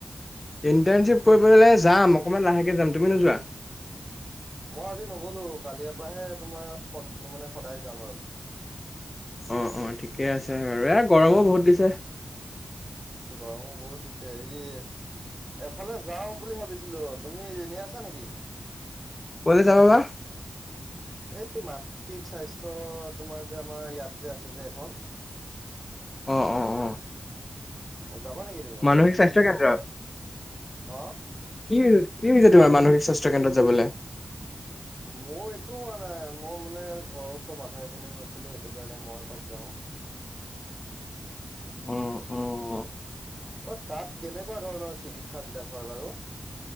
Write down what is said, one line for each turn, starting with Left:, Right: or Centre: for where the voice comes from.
Left: ইণ্টাৰ্ণশ্বিপ কৰিবলৈ যাম অকণমান লাহেকৈ যাম তুমি নোযোৱা।
Right: মই আজি নগ'লো, কালিয়াপাহে তোমাৰ কণ্টিনিউ মানে সদায় যাম আৰু।
Left: অ', অ' ঠিকে আছে বাৰু, এ গৰমো বহুত দিছে।
Right: গৰমো বহুত দিছে হেৰি এফালে যাওঁ বুলি ভাবিছিলোঁ, তুমি এনে আছা নেকি?
Left: ক'লৈ যাব বা।
Right: এই মানসিক স্বাস্থ্য তোমাৰ যে, আমাৰ ইয়াত যে, আছে যে এখন।
Left: অ', অ'। অ
Right: অ' যাব নেকি? তুমি?
Left: মানসিক স্বাস্থ্য কেন্দ্ৰ। কি,
Right: অ
Left: কি হৈছে তোমাৰ মানসিক স্বাস্থ্য কেন্দ্ৰত যাবলৈ।
Right: মোৰ একো হোৱা নাই, মোৰ মানে ঘৰৰ ওচৰৰ মানুহ এজনী হৈছিলে সেইটো কাৰণে মই এপাক যাওঁ।
Left: উম, উম।
Right: অ' তাত কেনেকুৱা ধৰণৰ চিকিৎসা বিলাক হয় বাৰু।